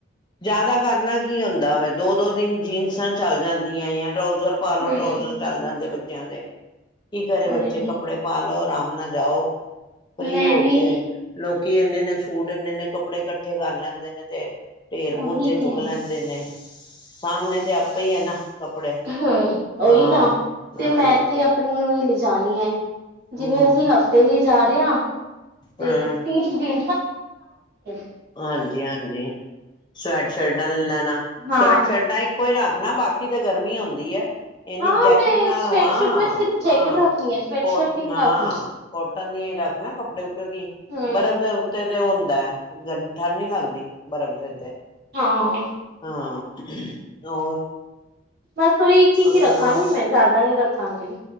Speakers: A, on the left; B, on the right.
A: ਜ਼ਿਆਦਾ ਕਰਨਾ ਕੀ ਹੁੰਦਾ ਵਾ, ਦੋ ਦੋ ਦਿਨ ਜੀਨਸਾਂ ਚੱਲ ਜਾਂਦੀਆ ਏ ਆ। ਟਰਾਊਜ਼ਰ ਪਾ ਲਓ,
B: ਹਮ
A: ਡਰਾਊਜ਼ਰ ਚੱਲ ਜਾਂਦੇ ਬੱਚੇ ਕਹਿੰਦੇ ਕੀ ਕਰੇ ਬੱਚੇ?
B: ਉਹੀ
A: ਕੱਪੜੇ ਪਾ ਲੋ। ਆਰਾਮ ਨਾਲ ਜਾਓ। ਫ੍ਰੀ
B: ਮੈਂ
A: ਹੋ
B: ਵੀ
A: ਕੇ ਲੋਕ ਕੀ ਐਨੇ ਐਨੇ ਸੂਟ, ਐਨੇ ਐਨੇ ਕੱਪੜੇ ਇਕੱਠੇ ਕਰ ਲੈਂਦੇ ਨੇ ਤੇ ਢੇਰ
B: ਉਹੀ
A: ਬੋਝੇ
B: ਤੇ
A: ਚੁੱਕ ਲੈਂਦੇ ਨੇ। ਸਾਹਮਣੇ ਤੇ ਆਪੇ ਹੀ ਆ ਨਾ। ਕੱਪੜੇ
B: ਹੂੰ, ਉਹੀ
A: ਹਾਂ
B: ਨਾ ਤੇ
A: ਹਾਂ
B: ਮੈਂ ਤੇ ਆਪਣੀ ਲਿਖ ਜਾਣੀ ਹੈ, ਜਿਵੇਂ
A: ਹਮ
B: ਅਸੀਂ ਹਫ਼ਤੇ ਲਈ, ਜਾ ਰਿਹਾ, ਤੇ
A: ਹਾਂ
B: ਤਿੰਨ ਦਿ <unintelligible>
A: ਹਾਂਜੀ-ਹਾਂਜੀ ਸਵੈਟ ਸ਼ਰਟਾਂ ਲੈ,
B: ਹਾਂ
A: ਸਵੈਟ ਸ਼ਰਟਾ ਕੋਈ ਰੱਖ ਨਾ ਬਾਕੀ ਤਾਂ ਗਰਮੀ ਆਉਂਦੀ ਹੈ। ਇਹਨੀ
B: ਹਾਂ
A: ਜੈਕਟ
B: ਮੈਂ
A: ਨਾਲ
B: ਸਵੈਟਸ਼ਰਟ
A: ਹਾਂ-ਹਾਂ
B: ਮੈਂ ਸਿਰਫ ਜੈਕਟ ਰੱਖਣੀ ਹੈ ਸਵੈਟਸ਼ਰਟ
A: ਕੋਟ
B: ਵੀ ਨਹੀਂ
A: ਹਾਂ
B: ਰੱਖਣੀ
A: ਕੋਟਨ ਦੀ ਰੱਖ ਨਾ ਕੱਪੜੇ ਕਿਉਂਕਿ
B: ਹੂੰ
A: ਬਰਫ਼ ਦੇ ਉੱਤੇ ਹੁੰਦਾ, ਗਰ ਠੰਡ ਨੀ ਲਗਦੀ ਬਰਫ਼ ਦੇ ਉੱਤੇ
B: ਹਾਂ,
A: ਹਾਂ ਹੋਰ?
B: ਬਸ ਉਹੀ ਕਿ ਕੀ
A: ਸੁਣਾਓ
B: ਰੱਖਾਂਗੀ ਮੈਂ ਜ਼ਿਆਦਾ ਨਹੀਂ ਰੱਖਾਂਗੀ।